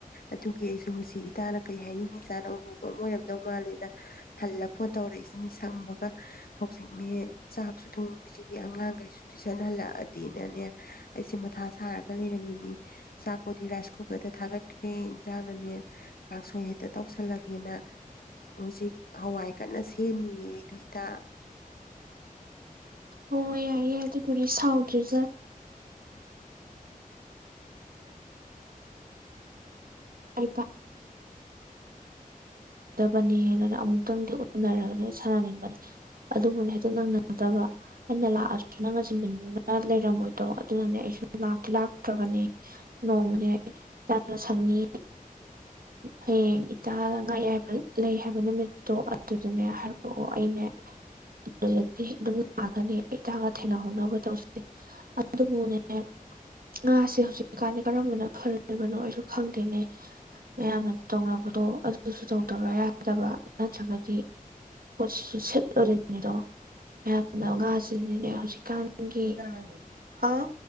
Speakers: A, on the left; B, on the right.
A: ꯑꯗꯨꯒꯤ ꯑꯩꯁꯨ ꯍꯨꯖꯤꯛ ꯏꯇꯥꯅ ꯀꯩ ꯍꯥꯏꯅꯤꯡꯉꯤꯖꯥꯅꯣ <unintelligible> ꯑꯣꯏꯔꯝꯗꯧ ꯃꯥꯜꯂꯦꯅ ꯍꯜꯂ ꯐꯣꯟ ꯇꯧꯔꯛꯏꯁꯤꯅꯤ ꯁꯪꯕ ꯍꯧꯖꯤꯛꯅꯦ ꯆꯥꯛꯁꯨ ꯊꯣꯡꯗ꯭ꯔꯤ ꯑꯉꯥꯡꯒꯩꯁꯨ ꯇꯨꯏꯁꯟ ꯍꯜꯂꯛꯑꯗꯤꯅꯅꯦ ꯑꯩꯁꯦ ꯃꯊꯥ ꯁꯥꯔꯒ ꯂꯩꯔꯝꯃꯤꯅꯤ ꯆꯥꯛꯄꯣꯗꯤ ꯔꯥꯏꯁ ꯀꯨꯀꯔꯗ ꯊꯥꯒꯠꯈ꯭ꯔꯦ ꯏꯟꯖꯥꯡꯅꯅꯦ ꯀꯥꯡꯁꯣꯏ ꯍꯦꯛꯇ ꯇꯧꯁꯜꯂꯒꯦꯅ ꯍꯧꯖꯤꯛ ꯍꯋꯥꯏ ꯀꯟꯅ ꯁꯦꯝꯃꯤꯌꯦ ꯅꯣꯏꯗꯥ
B: ꯍꯣ ꯌꯥꯏꯌꯦ ꯌꯥꯏ ꯑꯗꯨꯗꯨꯒꯤ ꯁꯥꯎꯗ꯭ꯔꯦꯗ ꯑꯩ ꯄꯥ ꯗꯕꯅꯦꯅꯅ ꯑꯃꯨꯛꯇꯪꯗꯤ ꯎꯅꯔꯒꯅꯦ ꯁꯥꯟꯅꯅꯤꯡꯕꯅꯤ ꯑꯗꯨꯕꯨꯅꯦ ꯍꯦꯛꯇ ꯅꯪꯅꯗꯕ ꯑꯩꯅ ꯂꯥꯛꯑꯁꯨ ꯅꯪꯅ <unintelligible> ꯂꯩꯔꯝꯃꯣꯏꯗꯣ ꯑꯗꯨꯅꯅꯦ ꯑꯩꯁꯨ ꯂꯥꯛꯇꯤ ꯂꯥꯛꯇ꯭ꯔꯕꯅꯦ ꯅꯣꯡꯃꯅꯦ ꯅꯪꯅ ꯁꯪꯅꯤ ꯍꯌꯦꯡ ꯏꯇꯥꯅ ꯉꯥ ꯑꯌꯥꯏꯕ ꯂꯩ ꯍꯥꯏꯕ ꯅꯨꯃꯤꯠꯇꯣ ꯑꯗꯨꯗꯅꯦ ꯍꯥꯏꯔꯛꯑꯣ ꯑꯣ ꯑꯣ ꯑꯩꯅꯦ ꯑꯗꯨꯗꯗꯤ ꯍꯦꯛ ꯑꯗꯨꯝ <unintelligible> ꯏꯇꯥꯒ ꯊꯦꯡꯅꯍꯧꯅꯕ ꯇꯧꯁꯤ ꯑꯗꯨꯕꯨꯅꯦ ꯉꯥꯁꯦ ꯍꯧꯖꯤꯛ ꯀꯥꯟꯗꯤ ꯀꯔꯝꯕꯅ ꯐꯔꯤꯕꯅꯣ ꯑꯩꯁꯨ ꯈꯪꯗꯦꯅꯦ ꯃꯌꯥꯝꯅ ꯇꯧꯅꯕꯗꯣ ꯑꯗꯨꯁꯨ ꯇꯧꯗꯕ ꯌꯥꯗꯕ ꯅꯠꯇ꯭ꯔꯒꯗꯤ ꯄꯣꯠꯁꯤꯁꯨ ꯁꯤꯠꯂꯨꯔꯤꯅꯤꯗꯣ ꯃꯌꯥꯝꯅ ꯉꯥꯁꯤꯡꯗꯤꯅꯦ ꯍꯧꯖꯤꯛꯀꯥꯟꯒꯤ ꯍꯥꯎ